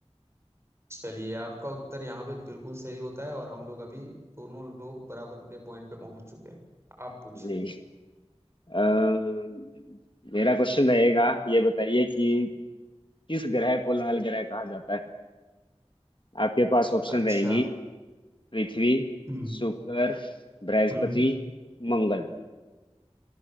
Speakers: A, on the right; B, on the left.
A: चलिए आपका उत्तर यहाँ पे बिल्कुल सही होता है और हम लोग अभी दोनों लोग बराबर के पॉइंट पे पहुंच चुके हैं आप पूछिए
B: नहीं। अह, मेरा क्वेश्चन रहेगा ये बताइए कि किस ग्रह को लाल ग्रह कहा जाता है आपके पास ऑप्शन
A: अच्छा
B: रहेंगी पृथ्वी
A: हम्म
B: शुक्र बृहस्पति
A: हम्म
B: मंगल